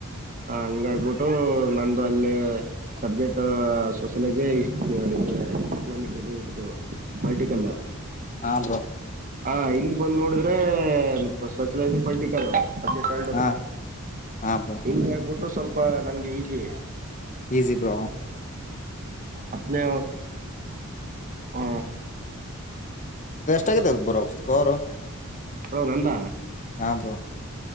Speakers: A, on the right (about 40°); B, on the left (about 35°).
A: ಹಾ ಹಂಗ ಆಗಬಿಟ್ಟು ನಂದು ಅಲ್ಲಿ ಸಬ್ಜೆಕ್ಟ್ ಸೋಶಲಜಿ ಇಷ್ಟ. <unintelligible> ಎಕಾನಮಿ ಇದು ಇತ್ತು. ಮಲ್ಟಿ ಕಲರ್
B: ಹಾ ಬ್ರೋ
A: ಹ ಇಲ್ಲಿ. ಬಂದ್ ನೋಡಿದ್ರೆ ಸೋಶಲೈಸಿ ಪೊಲಿಟಿಕಲ್. <unintelligible>
B: ಹಾ
A: ಎದು
B: ಹಾ ಬ್ರೋ
A: ಹಿಂಗೆ ಹೇಬಿಟ್ಟು. ಸ್ವಲ್ಪ ನನ್ಗೆ ಈಜಿ
B: ಈಜಿ ಬ್ರೋ
A: ಅದ್ನೇ ಹಾ.
B: ತೆಗೆದೀ <unintelligible> ಸ್ಕೋರು
A: ಹೋ ನಂದ.
B: ಹಾ ಬ್ರೋ.